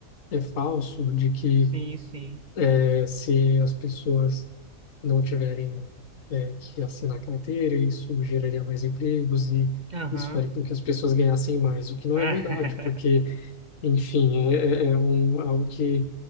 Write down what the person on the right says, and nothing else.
Sim, sim.
Aham.
<laughs>